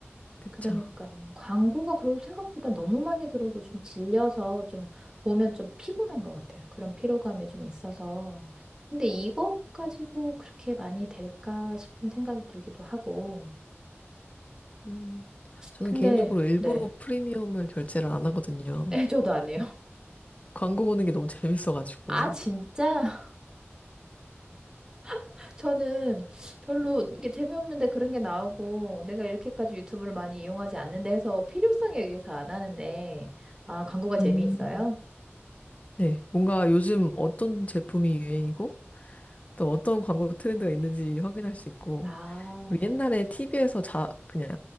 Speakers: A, on the left (about 30°); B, on the right (about 15°).
A: 그쵸.
B: 그러니까 광고가 그래도 생각보다 너무 많이 들어오고 좀 질려서 좀 보면 좀 피곤한 것 같아요. 그런 피로감이 좀 있어서. 근데 이것 가지고 그렇게 많이 될까 싶은 생각이 들기도 하고.
A: 음. 저는
B: 근데
A: 개인적으로 일부러
B: 네.
A: 프리미엄을 결제를 안 하거든요.
B: 네, <laughs> 저도 안 해요.
A: 광고 보는 게 너무 재밌어가지고.
B: 아, 진짜? <laughs> 저는 별로 이게 재미없는데 그런 게 나오고 내가 이렇게까지 유튜브를 많이 이용하지 않는데 해서 필요성에 의해서 안 하는데 아, 광고가 재미있어요?
A: 음. 네, 뭔가 요즘 어떤 제품이 유행이고 또 어떤 광고 트렌드가 있는지 확인할 수 있고
B: 아,
A: 우리 옛날에 TV에서 자 그냥